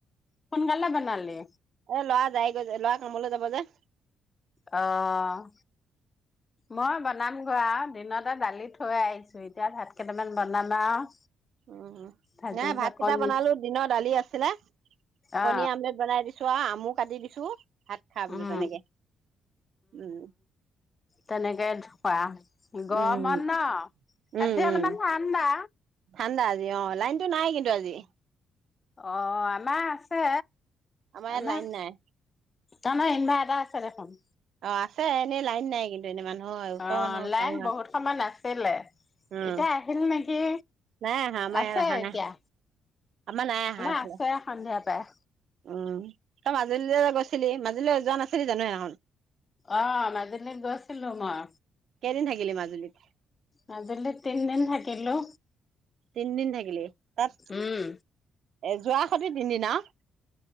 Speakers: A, on the left; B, on the right.
A: সোনকালে বনালি।
B: এ ল'ৰা যাই গৈ যে লৰা কামলৈ যাব যে।
A: অ', মই বনামগৈ আৰু দিনতে দালি থৈ আহিছোঁ। দুুইতাৰ ভাত কেইটামান বনামা আও
B: উম,
A: ভাজি
B: হা ভাত কেইটা
A: কণী
B: বনালো দিনৰ দালি আছিলে কণী
A: অ
B: আমলেট বনাই দিছিলোঁ চোৱা আমু কাটি দিছোঁ ভাত খা বলো
A: উম
B: তেনেকে উম।
A: তেনেকে ধুুৱোৱা গৰমত
B: উম,
A: ন
B: উম,
A: আজি অলপমান
B: উম,
A: ঠাণ্ডা
B: ঠাণ্ডা আজি অ', লাইনতো নাই কিন্তু আজি।
A: অ', আমাৰ আছে
B: ইয়াত
A: আমাৰ
B: লাইন নাই
A: তাহনৰ ইনভাৰ্টাৰ আছে দেখোন।
B: অ', আছে এনেই লাইন নাই কিন্তু এনেই মানুহৰ ওচৰৰ
A: অ'
B: মানুহৰ
A: লাইন
B: কাম
A: বহুত সময় আাছিলে,
B: উম,
A: এতিয়া আহিল নেকি
B: নাই আহা আমাৰ
A: আছে
B: ইয়াত অহা
A: এতিয়া।
B: নাই আমাৰ নাই আহা। এইফালে
A: আছে সন্ধিয়াৰ পাই।
B: উম তই মাজুল গৈছিলি মাজুলী যোৱা নাছিলি জানো সেনাখন।
A: অ', মাজুলীত গৈছিলো মই।
B: কেইদিন থাকিলি মাজুলীত?
A: মাজুলীত তিনদিন থাকিলোঁ।
B: তিনিদিন থাকিলি তাত
A: উম,
B: এ যোৱা সতে তিনিদিন আৰু।